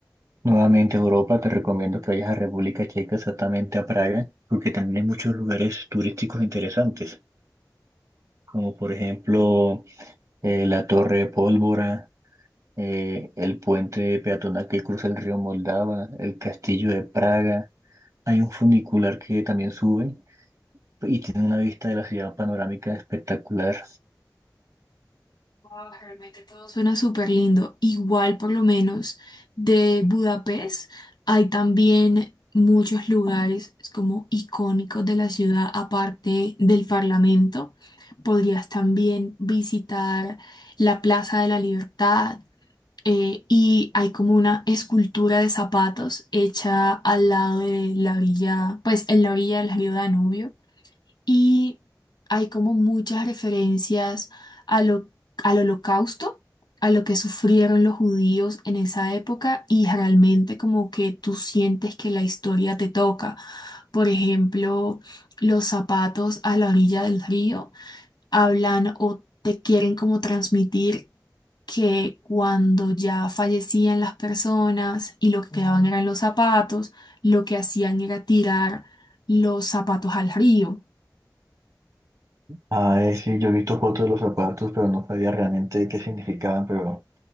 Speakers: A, on the right; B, on the left.
A: nuevamente a Europa, te recomiendo que vayas a República Checa, exactamente a Praga, porque también hay muchos lugares turísticos interesantes, como por ejemplo eh, la Torre de Pólvora, eh, el puente peatonal que cruza el río Moldava, el Castillo de Praga. Hay un funicular que también sube. y tiene una vista de la ciudad panorámica espectacular.
B: Wow, realmente todo suena súper lindo. Igual, por lo menos, de Budapest hay también muchos lugares como icónicos de la ciudad, aparte del Parlamento. Podrías también visitar la Plaza de la Libertad eh, y hay como una escultura de zapatos hecha al lado de la orilla, pues en la orilla del río Danubio y hay como muchas referencias a lo- al holocausto, a lo que sufrieron los judíos en esa época y realmente como que tú sientes que la historia te toca. Por ejemplo, los zapatos a la orilla del río hablan o te quieren como transmitir que cuando ya fallecían las personas y lo que quedaban eran los zapatos, lo que hacían era tirar los zapatos al río.
A: Ah, eh, sí, yo he visto fotos de los zapatos, pero no sabía realmente qué significaban, pero